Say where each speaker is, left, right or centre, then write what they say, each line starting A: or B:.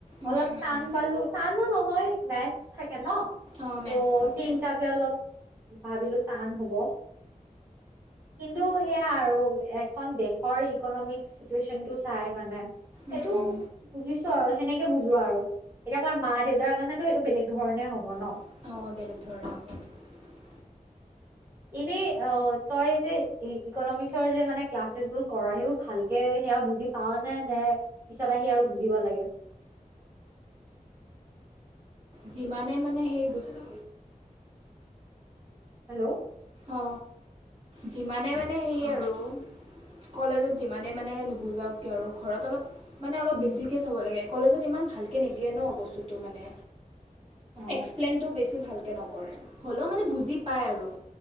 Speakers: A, on the right; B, on the right.
A: অলপ
B: উম উম
A: টান
B: উম
A: বালো টানো নহয় মেশথ থাক ন
B: অঁ
A: ত'
B: মেথছ থাকে
A: সেই হিচাপে অলপ ভাবিলো তান হ'ব কিন্তু সেয়া আৰু এখন দেশৰ ইকনমিক চিতিৱেচন টো চায় মানে সেইটো
B: উম উম
A: বুজিছো <unintelligible> আৰু সেনেকে বুজোৱা আৰু এতিয়া আমাৰ মা দেউতাৰ কাৰণেতো সেইটো বেলেগ ধৰণে হব ন
B: <inaudible>
A: এনেই অ তই যে ইকনমিক্সৰ যে মানে ক্লাছেছ বোৰ কৰ সেইবোৰ ভালকে সেয়া বুজি পাও নে নে পিছত আহি আৰু বুজিব লাগে <unintelligible>
B: যিমানে মানে সেই বস্তু
A: হেল্ল'
B: অ যিমানে মানে সেই
A: অ
B: আৰু কলেজত যিমানে মানে নুবুজাও কিয় আৰু ঘৰত অলপ মানে অলপ
A: উম
B: বেছিকে চাব লাগে কলেজত ইমান ভালকৈ নিদিয়ে ন বস্তুটো মানে
A: অ
B: এক্সপ্লেইনতো বেছি ভালকে নকৰে হ'লেও মানে বুজি পায় আৰু